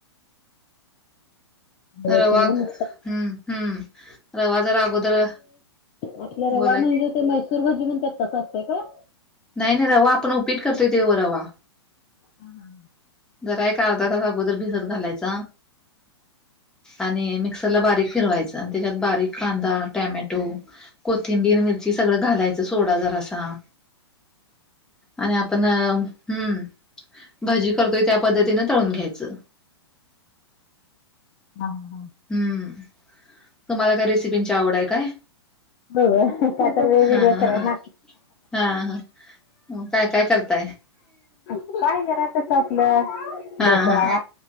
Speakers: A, on the left (about 35°); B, in the centre.
A: रव्याशिवाय
B: रवा
A: नुसतं
B: हम्म हम्म रवा जरा अगोदर
A: आपल्या रवा
B: बोला
A: म्हणजे
B: की
A: ते मैसूर भाजी म्हणत्यात तस असतय का?
B: नाही नाही रवा आपण उपीट करतोय तेव्हा रवा.
A: हम हा ह
B: जरा एक अर्धा तास अगोदर भिजत घालायच. आणि मिक्सरला बारीक फिरवायचं आणि त्याच्यात बारीक कांदा टॅमॅटो, कोथिंबीर मिरची सगळं घालायचं सोडा जरासा. आणि हम्म भाजी करतोय त्या पद्धतीनं तळून घ्यायचं.
A: हा ह
B: हम्म तुम्हाला काय रेसिपींची आवड आहे काय?
A: हो आता वेगवेग
B: हा हा
A: कराय.
B: हा हा हा काय काय करताय?
A: काय घरा तस आपल्या
B: हा
A: ढोकळा्या
B: हा